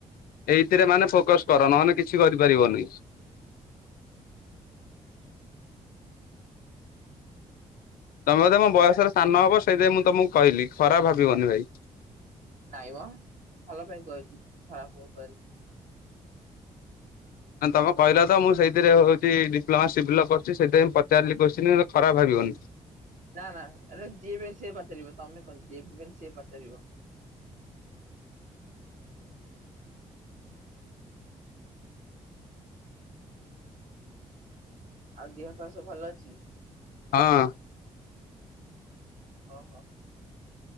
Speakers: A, on the left (about 70°); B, on the right (about 55°).
A: ଏଇଥିରେ ମାନେ ଫୋକସ କର, ନହଲେ କିଛି କରିପାରିବନି। ତମେ ବୋଧେ ମୋ ବୟସରେ ସାନ ହବ, ସେଇଥିପାଇଁ ମୁଁ ତମକୁ କହିଲି ଖରାପ ଭାବିବନି ଭାଇ।
B: ନାଇ ମ, ଭଲ ପାଇଁ କୁହାହେଇଛି, ଖରାପ <unintelligible>
A: ନା ତମେ କହିଲ ତ ମୁଁ ସେଇଥିରେ ହେଉଛି ଡିପ୍ଲୋମା ସିବଭିଲ କରୁଛି, ସେଇଥିପାଇଁ ପଚାରିଲି କୋସଚିନି ଖରାପ ଭାବିବ। <unintelligible>
B: ନା ନା ଯିଏବି, ସେ ପଚାରିବ ତମେ କଣ? ଯିଏବି ପାଇନେ ସିଏ ପଚାରିବ।
A: <inaudible>
B: ଆଉ ଦେହ ପା ସବୁ ଭଲ ଅଛି।
A: ହଁ ଅଁ
B: ଓ ହ